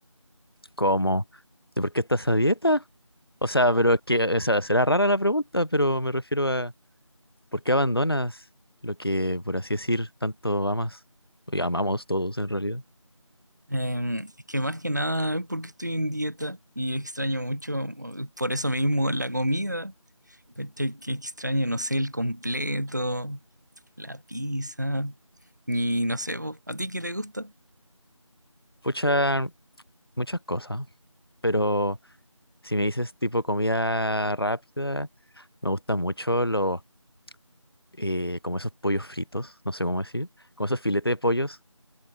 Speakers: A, on the left (about 45°); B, on the right (about 35°).
A: ¿Cómo? ¿De por qué estás a dieta? O sea, pero es que, o sea, será rara la pregunta, pero me refiero a ¿por qué abandonas lo que, por así decir, tanto amas? Y amamos todos en realidad.
B: Eh, es que más que nada es porque estoy en dieta y extraño mucho, por eso mismo, la comida. ¿cachai? Que extraño, no sé, el completo. la pizza. Y no sé, vos, ¿a ti qué te gusta?
A: Pucha, muchas cosas, pero si me dices tipo comida rápida, me gustan mucho los, eh, como esos pollos fritos, no sé cómo decir, como esos filetes de pollos